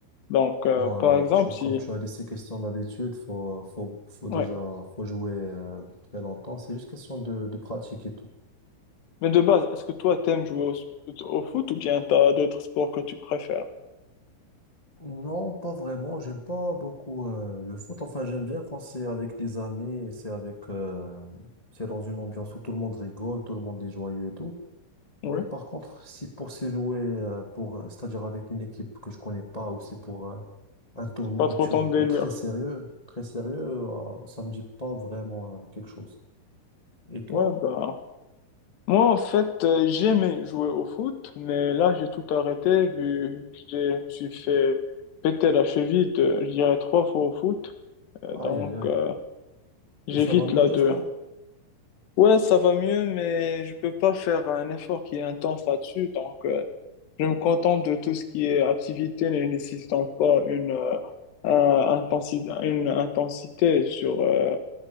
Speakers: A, on the left (about 65°); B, on the left (about 20°).
A: Donc, euh,
B: Voilà,
A: par exemple,
B: tu,
A: si...
B: comme tu as dit, c'est question d'habitude, faut, faut, faut
A: Ouais.
B: déjà, faut jouer euh, très longtemps, c'est juste question de, de pratique et tout.
A: Mais de base, est-ce que toi, t'aimes jouer au, s- au foot ou bien t'as d'autres sports que tu préfères?
B: Non, pas vraiment, j'aime pas beaucoup euh, le foot, enfin j'aime bien quand c'est avec des amis, et c'est avec, euh, c'est dans une ambiance où tout le monde rigole, tout le monde est joyeux et tout. Mais
A: Oui,
B: par contre, si pour se jouer, euh, pour, c'est-à-dire avec une équipe que je connais pas, ou c'est pour, euh, Un tournoi,
A: pas trop
B: quelque chose
A: ton délire.
B: de très sérieux, très sérieux, euh, ça me dit pas vraiment euh, quelque chose. Et toi?
A: Ouais, ben... Moi, en fait, euh, j'aimais jouer au foot, mais là, j'ai tout arrêté vu que j'ai- je me suis fait péter la cheville, de, je dirais, trois fois au foot. Euh,
B: Aïe,
A: donc,
B: aïe, aïe.
A: euh, j'évite
B: Et ça va mieux,
A: là
B: j'espère.
A: de... Ouais, ça va mieux, mais je peux pas faire un effort qui est intense là-dessus. Donc, euh, je me contente de tout ce qui est activité ne nécessitant pas une, euh, un- intensi- une intensité sur, euh,